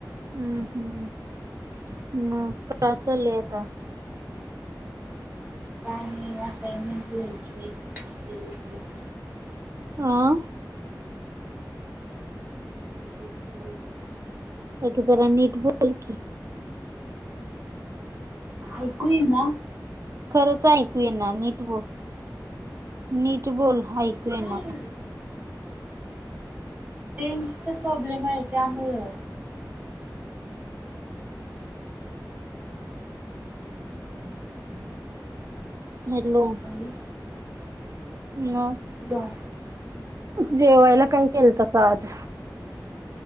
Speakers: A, on the right; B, on the right.
A: हम्, हम् मग काय चालंय आता?
B: काय नाही, असाईनमेंट लिहियाची <unintelligible>
A: आ
B: हम ह <inaudible> एक <inaudible>
A: अग जरा नीट बोल कि
B: ऐकू येई ना?
A: खरंच ऐकू येईना नीट बोल नीट बोल ऐकू येईना
B: काय रेंजचा प्रॉब्लेमाय, त्यामुळं हांज <unintelligible> <inaudible>
A: निरलोन
B: आणि
A: नं
B: हॅलो
A: जेवायला कायं केलंतासा आज